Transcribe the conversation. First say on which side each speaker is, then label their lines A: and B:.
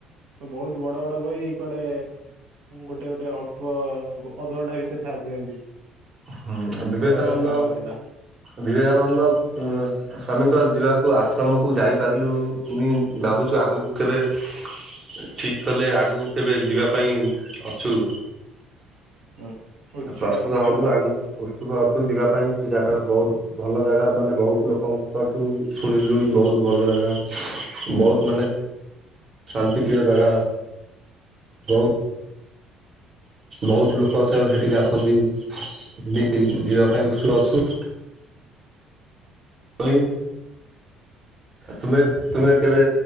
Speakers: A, on the right; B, on the right.
A: ବହୁତ ବଡ ବଡ ବହି କୁଆଡେ ଗୋଟେ ଗୋଟେ ଅଳ୍ପ ଅଧଘଣ୍ଟା ଭିତରେ ସାରି ଦିଅନ୍ତି।
B: ହୁଁ ବିବେକାନନ୍ଦ
A: ତାଙ୍କ ପାଖରେ ପାୱାର ଥିଲା।
B: ବିବେକାନନ୍ଦ ସ୍ଵାମୀଙ୍କ ଯିବାକୁ ଆଶ୍ରମକୁ ଯାଇପାରିଲୁନି ଭାବୁଛୁ ଆଗକୁ କେବେ ଠିକ କଲେ ଆଗକୁ କେବେ ଯିବା ପାଇଁ ଅଛୁ।
A: ଉଁ ଉଛୁକା
B: ପ୍ରସ୍ତୁତ
A: ଅଛ
B: ହବୁ
A: ନାଇ।
B: ଆଗକୁ ଉଛୁକ ସେଠାକୁ ଯିବା ପାଇଁ ସେ ଜାଗା ବହୁତ ଭଲ ଜାଗା ମାନେ ବହୁତ ଲୋକଙ୍କଠୁ ଶୁଣିଲୁଣି ବହୁତ ଭଲ ଜା ଜାଗା ବହୁତ ମାନେ ଶାନ୍ତିପ୍ରିୟ ଜାଗା ବହୁତ। ବହୁତ ଲୋକ ସେଠିକି ଆସନ୍ତି, ସେଠି ଯିବା <inaudible> କଲି ତୁମେ ତୁମେ କେବେ